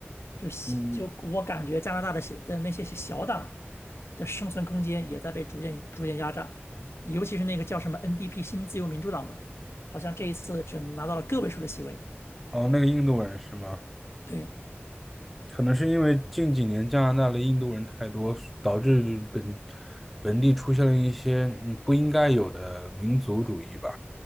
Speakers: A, on the left (about 75°); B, in the centre.
A: 就小就我感觉加拿大的小的那些小党
B: 嗯，
A: 的生存空间也在被逐渐逐渐压榨，尤其是那个叫什么 NDP 新自由民主党吧，好像这一次只拿到了个位数的席位。
B: 哦，那个印度人是吗？
A: 对
B: 可能是因为近几年加拿大的印度人太多，导致本本地出现了一些嗯不应该有的民族主义吧。